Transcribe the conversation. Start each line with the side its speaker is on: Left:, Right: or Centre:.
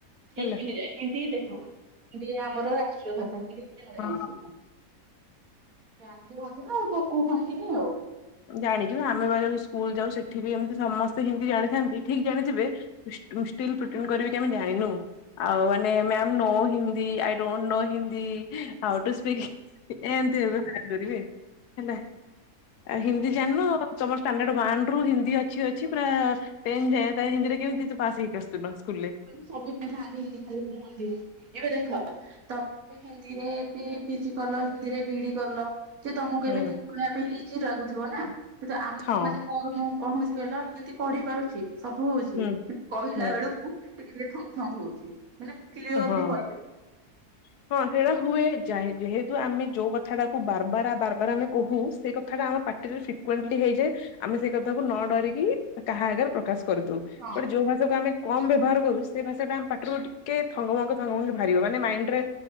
Right: ଠିକ
Left: ହେଲା।
Right: ହିନ୍ଦୀ ଯାଏ ହିନ୍ଦୀ ଦେଖ ହିନ୍ଦୀ ଆମର ରାଷ୍ଟ୍ରୀୟ ଭାଷା ହିନ୍ଦୀ କିଏ ନ
Left: ହଁ
Right: ଜାଣିଛି? ସେ ଜାଣିକି ମଧ୍ଯ କୁହନ୍ତିନି ଆଉ।
Left: ଜାଣିକି ଆମେ ବା ଯଦି ସ୍କୁଲ ଯାଉ ସେଠି ବି ଏମିତି ସମସ୍ତେ ହିନ୍ଦୀ ଜାଣିଥାନ୍ତି ଠିକ ଜାଣିଥିବେ ଷ୍ଟିଲ ପ୍ରିଟେଣ୍ଡ କରିବେ ଆମେ ଜାଣିନୁ। ଆଉ ମାନେ ma'am no Hindi I don't know Hindi how to speak ଏମିତି ହେବେ ବା କରିବେ ହେଲା। ଆ ହିନ୍ଦୀ ଜାଣିନ ତମର ଷ୍ଟାଣ୍ଡଡ ୱାନ ରୁ ହିନ୍ଦୀ ଅଛି ଅଛି ପୁରା ଟେନ୍ ଯାଏ ତାହେଲେ ହିନ୍ଦୀରେ କେମିତି ତୁ ପାସ ହେଇକି ଆସୁଥିଲ ସ୍କୁଲରେ।
Right: ସବୁ ଯାଇଥାନ୍ତି ହିନ୍ଦିଖାଲି କୁହନ୍ତି ଏବେ ଦେଖ ତମେ ହିନ୍ଦୀରେ ଏବେ ପିଜି କଲ ହିନ୍ଦୀରେ ବିଡି କଲ। ଯେ ତମକୁ
Left: ହୁଁ
Right: ଏବେ ହିନ୍ଦିନବା ପାଇଁ ଇଜି ଲାଗୁଥିବ ନା କିନ୍ତୁ ଆମେମାନେ
Left: ହଁ
Right: ମୋର ମୁଁ କଣ ହଉଛି କହିଲ ହିନ୍ଦୀ ପଢି ପାରୁଛି ସବୁ ହଉଛି
Left: ହୁଁ
Right: କହିଲା
Left: ହୁଁ
Right: ବେଳକୁ ଟିକେ ଟିକେ ଥଙ୍ଗ ଥଙ୍ଗ ହଉଛି ମାନେ କ୍ଲିଅରଲି
Left: ହଁ।
Right: କହି
Left: <inaudible> ହଁ ସେଇଟା ହୁଏ ଯା ଯେହେତୁ ଆମେ ଯୋଉ କଥାଟ ଟାକୁ ବାରବାର ବାରବାର ଆମେ କହୁ ସେ କଥା କଥାଟା ଆମ ପାଟିରେ ଫ୍ରିକଣ୍ଟଲି ହେଇଯାଏ ଆମେ ସେଇ କଥାକୁ ନ ଡରିକି କାହା ଆଗରେ ପ୍ରକାଶ କରିଦଉ।
Right: ହଁ
Left: ବଟ ଯୋଉ ଭାଷାକୁ ଆମେ କମ ବ୍ୟବହାର କରୁ ସେ ଭାଷା ଟା ଆମ ପାଟିରୁକି କେ ଥଙ୍ଗ ଭଙ୍ଗ ଥଙ୍ଗ ଭଙ୍କ ବାହାରିବ ମାନେ ମାଇଣ୍ଡରେ